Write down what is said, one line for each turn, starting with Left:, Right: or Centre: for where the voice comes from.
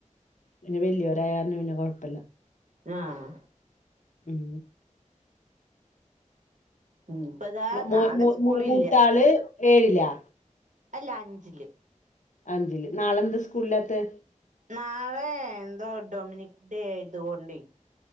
Left: പിന്നെ വല്ല്യൊരായരണം പിന്നെ കുഴപ്പല്ല
Right: ആഹ്
Left: ഉം
Right: ഉം, ഇപ്പതാ
Left: മ മോ
Right: നാളെ
Left: മൂ
Right: സ്കൂളില്ല
Left: മൂ മൂത്താള് ഏഴിലാ
Right: അല്ല അഞ്ചില്
Left: അഞ്ചില്, നാളെന്താ സ്കൂളിലാത്തേ?
Right: നാളെ എന്തോ ഡൊമിനിക് ഡേ ആയതുകൊണ്ടേ